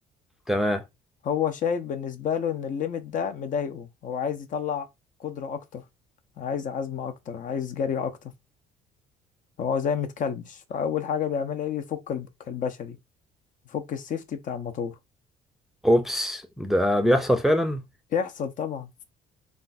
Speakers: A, in the centre; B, on the left.
A: تمام
B: هو شايف بالنسبة له ان الليميت ده مضايقه هو عايز يطلع قدرة اكتر عايز عزم اكتر عايز جري اكتر فهو زي متكلبش فاول حاجة بيعملها ايه يفك الب- الكلبشة دي يفك السيفتي بتاع الموتور
A: اوبس ده بيحصل فعلا
B: يحصل طبعا